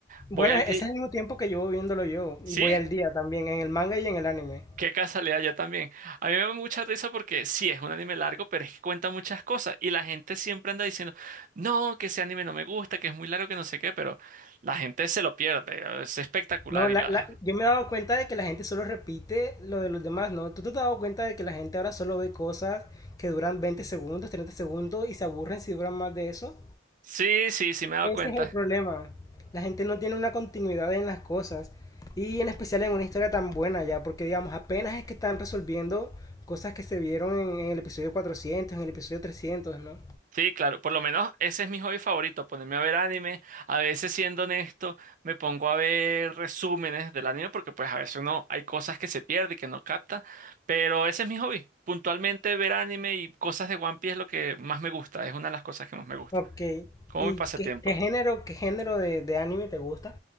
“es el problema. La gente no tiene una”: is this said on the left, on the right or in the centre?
Left